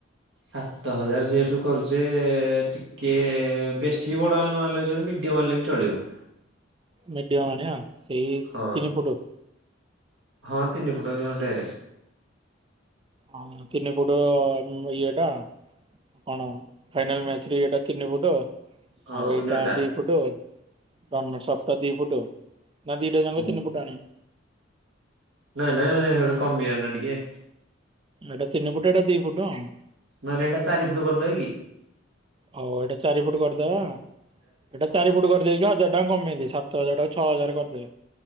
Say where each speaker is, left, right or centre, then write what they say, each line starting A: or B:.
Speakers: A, on the right; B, on the right.
A: ସାତ ହଜାର ଯେହେତୁ କରୁଛେ ଟିକେ ବେଶୀ ବଡ ନଆଣିଲେ ଚଳିବ ମିଡ଼ ଡିୟମ ଆଣିଲେ ବି ଚଳିବ।
B: ମିଡିଅମ ଆଣିବା ସେଇ
A: ହଁ
B: ତିନି ଫୁଟୁ।
A: ହଁ ତିନି ଫୁଟୁ ଜଦି ହଁ ଢେର୍।
B: ହଁ ତିନି ଫୁଟୁ ଆମ ଇଏଟା। ଆଣ ଫାଇନାଲ ମ୍ୟାଚରେ ଇଏଟା ତିନି ଫୁଟ
A: ହଁ
B: ଆଉ ଏଇଟା
A: ୱିନର ଟା
B: ଦି। ଫୁଟୁ ରନରସ୍ ଅଫ ଟା ଦିଇ ଫୁଟୁ ନା ଦିଇଟା ଜାଙ୍କ
A: ହୁଁ।
B: ତିନି ଫୁଟୁ ଆଣିବା।
A: ନାଇଁ ନାଇଁ ହେଇଟା କମିବ ନା ଟିକେ।
B: ଏଇଟା ତିନି ଫୁଟୁ ଏଇଟା ଦି ଫୁଟୁ ଆଉ।
A: ନହେଲେ ଏଇଟା ଚାରିୁଫୁଟ କରିଦବା କି।
B: ହଉ ଏଇଟା ଚାରି ଫୁଟ କରିଦବା ଏଇଟା ଚାରି ଫୁଟ କରି ଦେଇକି ହଜାର ଟଙ୍କା କମେଇ ଦେ ସାତ ହଜାର ଟାକୁ ଛଅ ହଜାର କରିଦେ।